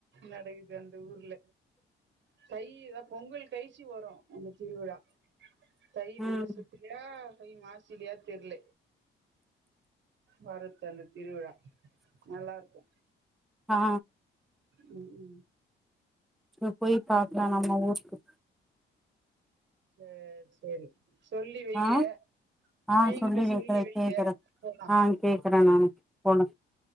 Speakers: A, on the right; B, in the centre.
A: நடக்குது அந்தஊர்ல்ல தைதா பொங்கல் கழிச்சு வரு அந்த திருவிழா தை
B: ம்
A: மாசத் யா தை மாசிலையா தெரில, மருவத்தூர்ல திருவிழா நல்லா இருக்கு
B: ஆ
A: ம், ம்
B: அப்ப போய் பாக்கலா நம்ம ஊருக்கு
A: சேரி சேரி சொல்லி வையி
B: ஆ ஆ
A: பையங்கிட்ட
B: வைக்கிறே
A: சொல்லி வை
B: கேக்குறே
A: போலா
B: ஆ கேக்குறே நானு போலா